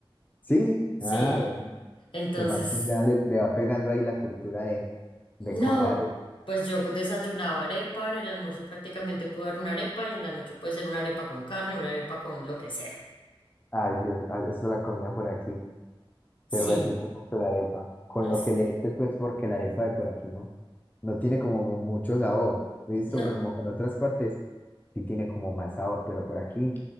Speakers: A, on the left; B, on the left.
A: Sí,
B: Sí.
A: ah, vea.
B: Entonces,
A: Además que ya le, le va pegando ahí la cultura de, de comer
B: No,
A: arepa.
B: pues yo desayunaba arepa, en el almuerzo prácticamente puedo dar una arepa y en la noche puede ser una arepa con carne, una arepa con lo que sea.
A: Ay, Dios, ay, esa es la comida por aquí.
B: Sí,
A: Se repite mucho la arepa. Con
B: es-
A: lo que le eches, pues, porque la arepa de por aquí no, no tiene como mu- mucho sabor. He visto
B: no,
A: que como que en otras partes sí tiene como más sabor, pero por aquí